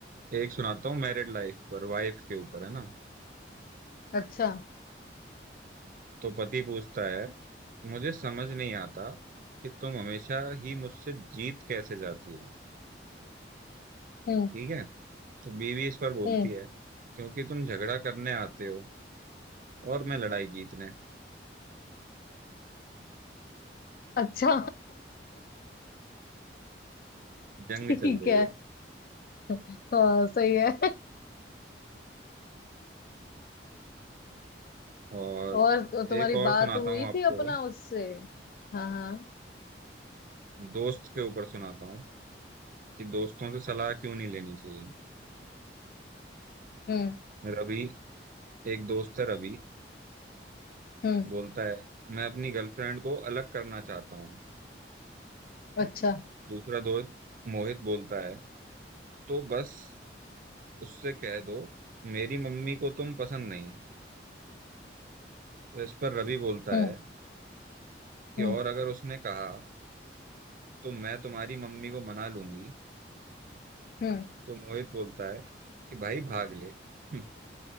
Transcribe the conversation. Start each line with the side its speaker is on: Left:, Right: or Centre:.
Right: एक सुनाता हूँ मैरिड लाइफ पर वाइफ के ऊपर है ना
Left: अच्छा
Right: तो पति पूछता है मुझे समझ नहीं आता कि तुम हमेशा ही मुझसे जीत कैसे जाती हो
Left: हम्म
Right: ठीक है तो बीवी इस पर बोलती
Left: हम्म
Right: है क्योंकि तुम झगड़ा करने आते हो और मैं लड़ाई जीतने
Left: अच्छा
Right: जंग
Left: <laughs> ठीक
Right: चल रही
Left: है
Right: है
Left: हाँ सही है
Right: और
Left: और तो तुम्हारी
Right: एक और
Left: बात
Right: सुनाता
Left: हुई
Right: हूँ आपको
Left: थी अपना उससे हाँ हाँ
Right: दोस्त के ऊपर सुनाता हूँ कि दोस्तों से सलाह क्यों नहीं लेनी चाहिए
Left: हम्म
Right: रवि एक दोस्त है रवि
Left: हम्म
Right: बोलता है मैं अपनी गर्लफ्रेंड को अलग करना चाहता हूँ
Left: अच्छा
Right: दूसरा दोस्त मोहित बोलता है तो बस उससे कह दो मेरी मम्मी को तुम पसंद नहीं तो इस पर रवि बोलता
Left: हम्म
Right: है कि
Left: हम्म
Right: और अगर उसने कहा तो मैं तुम्हारी मम्मी को मना लूंगी
Left: हम्म
Right: तो मोहित बोलता है कि भाई भाग ले <laughs>